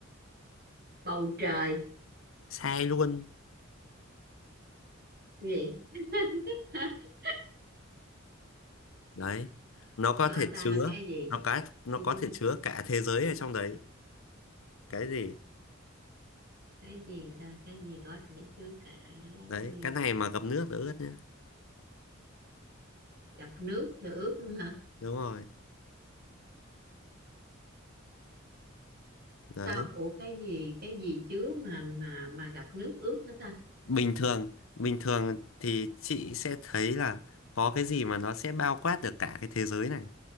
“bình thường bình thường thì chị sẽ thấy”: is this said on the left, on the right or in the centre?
Left